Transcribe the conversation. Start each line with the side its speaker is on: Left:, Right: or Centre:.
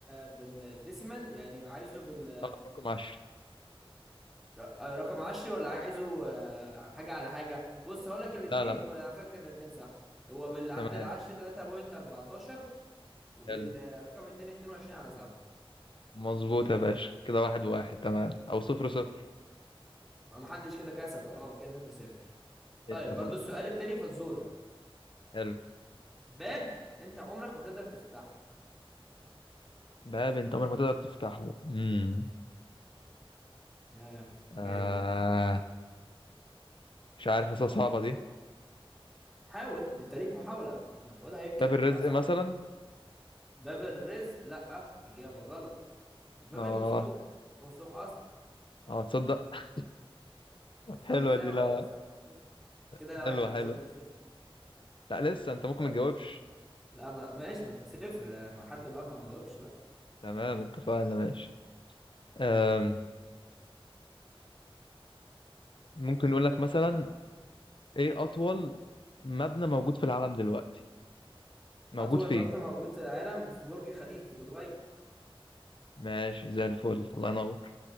Centre: بالديسيمال يعني عايزه بال
Left: اه رقم 10
Centre: ر- آه، رقم عشري ولا عايزه آه، حاجة على حاجة بص هقولك الاتنين
Left: لا لا
Centre: وعلى فكرة الاتنين صح هو بالعدد
Left: تمام
Centre: العشري 3.14 وبالرقم
Left: حلو
Centre: التاني 22 على 7
Left: مظبوط يا باشا كده واحد واحد تمام او صفر صفر
Centre: محدش كده كسب اه كده صفر صفر
Left: اتفقنا
Centre: طيب برضو السؤال التاني فزورة
Left: حلو
Centre: باب انت عمرك ما تقدر تفتحه
Left: باب انت عمرك ما تقدر تفتحه امم
Centre: اه
Left: آه
Centre: جاوب
Left: مش عارف حاسسها صعبة دي
Centre: حاول انت ليك محاولة ما تقولها يمكن
Left: باب الرزق
Centre: تطلع صح
Left: مثلا
Centre: باب الرزق لا اجابة غلط الباب
Left: اه
Centre: المفتوح الباب مفتوح اصلا
Left: اه تصدق
Centre: هتفتحه
Left: حلوة
Centre: ازاي
Left: دي
Centre: هو
Left: لا
Centre: اصلا
Left: لا
Centre: مفتوح كده
Left: حلوة
Centre: انا واحد يا باشا
Left: حلوة
Centre: وانت صفر
Left: لا لسه انت ممكن
Centre: يلا
Left: ما تجاوبش
Centre: لا ما ماشي ما انت صفر ما حد بقى ما جاوبش بقى
Left: تمام اتفقنا ماشي آم. ممكن نقول لك مثلا ايه اطول مبنى موجود في العالم دلوقتي موجود
Centre: اطول
Left: فين
Centre: مبنى موجود في العالم في برج خليفة في دبي
Left: ماشي زي الفل الله ينور